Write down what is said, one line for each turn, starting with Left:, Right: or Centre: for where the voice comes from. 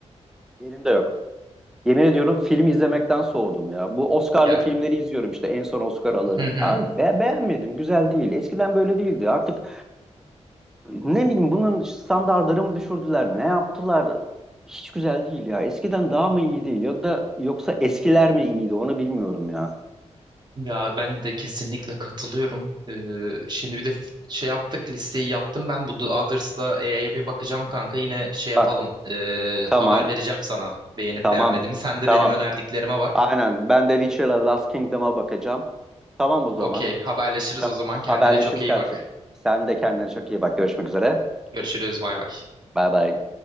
Centre: yerimde yok. Yemin ediyorum film izlemekten soğudum ya. Bu Oscar'lı
Right: Ya
Centre: filmleri izliyorum işte en son Oscar alanı.
Right: Hı hı.
Centre: Ya be- beğenmedim, güzel değil. Eskiden böyle değildi. Artık ne bileyim bunun standartları mı düşürdüler, ne yaptılar? Hiç güzel değil ya. Eskiden daha mı iyiydi ya da yoksa eskiler mi iyiydi onu bilmiyorum ya.
Right: Ya ben de kesinlikle katılıyorum. Ee, şimdi bir de f- şey yaptık listeyi yaptım ben bu The Others'la E'ye bir bakacağım kanka yine şey yapalım.
Centre: Bak
Right: Ee,
Centre: tamam,
Right: haber vereceğim sana beğenip
Centre: tamam,
Right: beğenmediğimi. Sen de
Centre: tamam.
Right: benim önerdiklerime bak.
Centre: Aynen ben de Witcher'la Last Kingdom'a bakacağım. Tamam o zaman.
Right: Okey haberleşiriz
Centre: Ta-
Right: o zaman
Centre: Haberleşiriz
Right: kendine çok iyi
Centre: kardeşim.
Right: bak.
Centre: Sen de kendine çok iyi bak. Görüşmek üzere.
Right: Görüşürüz bay bay.
Centre: Bay bay.